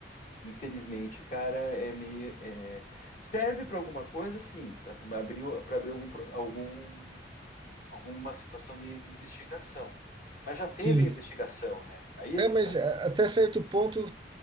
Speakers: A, on the left; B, on the right.
A: infelizmente, cara, é meio. é- serve para alguma coisa, sim, para abrir, para abrir algum, pro- algum alguma situação de, de investigação. Mas já teve
B: Sim,
A: investigação, né? Aí
B: É,
A: é que
B: mas
A: tá.
B: a- até certo ponto